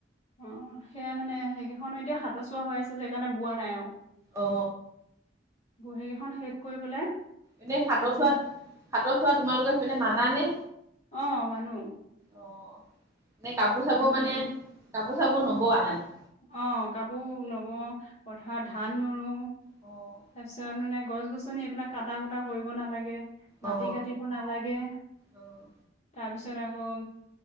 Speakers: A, on the left; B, on the right.
A: অ', সেয়াই মানে, সেইকেইখন এতিয়া সাতৰ চুৱা হৈ আছে যে সেইকাৰণে বোৱা নাই আৰু।
B: অ
A: সেই কেইখন শেষ কৰি পেলাই
B: এনেই সাতৰ
A: তাৰপিছত
B: চুৱাত সাতৰ চুৱা তোমালোকৰ সেইপিনে মানা নে?
A: অ' মানো।
B: অ', এনেই কাপোৰ চাপোৰ মানে
A: নীতি
B: কাপোৰ চাপোৰ নবোৱা মানে?
A: অ' কাপোৰ নবও পথাৰত ধান নোৰো
B: অঁ।
A: তাৰ পিছত মানে গছ গছনি এইবিলাক কটা কুটা কৰিব নালাগে,
B: অ
A: মাটি কাটিব নালাগে
B: অ',
A: তাৰপিছত আকৌ